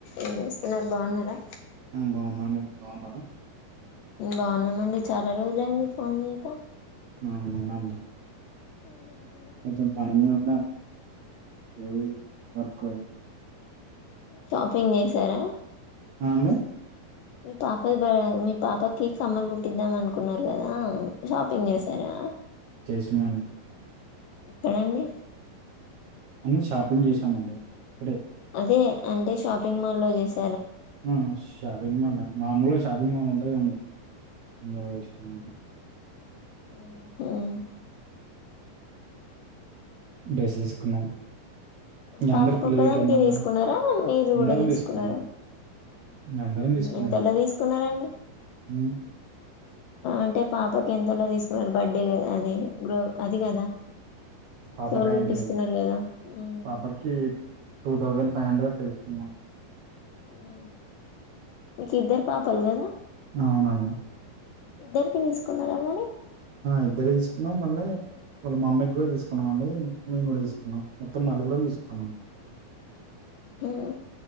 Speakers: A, on the left; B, on the right.
A: ఆ చేస్తున్నారు బాగున్నారా
B: బాగున్నా అండి బాగున్నారా
A: బాగున్నామండి చాలా రోజు ఐంది ఫోన్ చేయక
B: ఆ అవునండి
A: ఉ
B: కొంచెం పనిమీద ఉన్నాను ఎవరు వర్క్
A: షాపింగ్ చేసారా
B: అ అండి
A: మీ పాప మీ పాపకి కమ్మలు కుట్టిద్దాం అనుకున్నారు కదా షాపింగ్ చేసారా
B: ఊ అండి
A: ఎక్కడండి
B: అన్నీ షాపింగ్ చేసినామ అండి ఇక్కడే
A: అదే అంటే షాపింగ్ మాల్ లో చేస
B: ఆ షాపింగ్ మాల్ మామలుగా షాపింగ్ మాల్ ఉంటుందండి అందులో తీసుకున్నాం అండి
A: ఉ
B: డ్రెస్ తీసుకున్నాం ఇంక
A: పాపకొక్కదానికే
B: అందరు పిల్లలకమ్మా
A: తీసుకున్నారా మీరు
B: అందరం
A: కూడా తీసుకున్నారా
B: తీసుకున్నామండి ఇంక అందరం తీసుకున్నామండి
A: ఎంతలో తీసుకున్నారు అండి
B: ఉమ్
A: అంటే పాపకి ఎంతలో తీసుకున్నారు బర్త్డే క అది గ అది కదా
B: పాప
A: చెవులు
B: కా అండి
A: కుట్టిస్తున్నారు కదా మ్మ్
B: పాపకి టూ థౌసండ్ ఫైవ్ హండ్రెడ్ తీసుకున్నను
A: ఉ మీకు ఇద్దరు పాపలు కదా
B: అవునండి
A: ఇద్దరికీ కమ్మలు కావాలా
B: ఇద్దరీ తీసుకున్నాం మళ్ళీ వాళ్ళ మా మమ్మీకి కూడా తీసుకున్నాం అండి నేను కూడా తీసుకున్నాం మొత్తం నలుగుర తీసుకున్నాం అండి
A: ఉహు